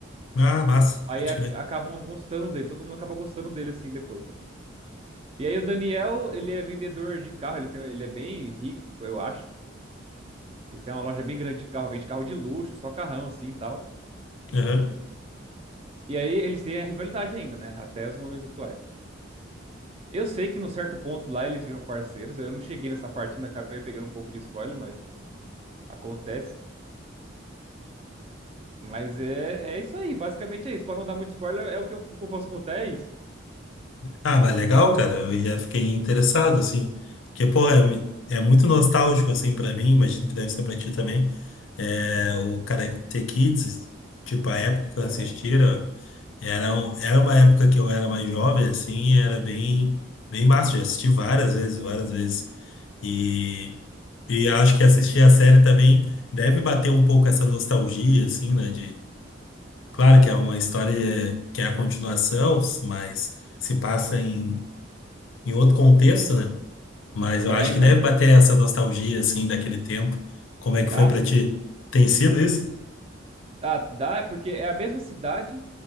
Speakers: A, on the left; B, on the right.
A: Ah, massa,
B: Aí
A: pode
B: a-
A: crer.
B: acabam gostando dele, todo mundo acaba gostando dele assim depois. E aí o Daniel, ele é vendedor de carro, ele tem, ele é bem rico, eu acho. Ele tem uma loja bem grande de carro, vende carro de luxo, só carrão assim e tal.
A: Aham.
B: E aí eles têm a rivalidade ainda, né? Até os momentos atuais. Eu sei que num certo ponto lá eles viram parceiros. Eu não cheguei nessa parte, ainda acabei pegando um pouco de spoiler, mas acontece. Mas é, é isso aí, basicamente é isso. Pra não dar muito spoiler, é o que eu, o que eu posso contar, é isso.
A: Ah, mas legal, cara. Eu já fiquei interessado, assim. Porque, pô, é, mu- é muito nostálgico, assim, pra mim. Imagino que deve ser pra ti também. É, o Karate Kids, tipo, a época que eu assistia.
B: É.
A: Era, um- era uma época que eu era mais jovem, assim, e era bem, bem massa. Eu assisti várias vezes, várias vezes. E, e acho que assistir a série também deve bater um pouco essa nostalgia, assim, né? De, claro que é uma história que é a continuação, mas se passa em, em outro contexto, né? Mas eu
B: É,
A: acho
B: então.
A: que deve bater essa nostalgia, assim, daquele tempo. Como é que
B: Ah,
A: foi pra
B: sim,
A: ti?
B: sim.
A: Tem sido isso?
B: Ah, dá, é porque é a mesma cidade,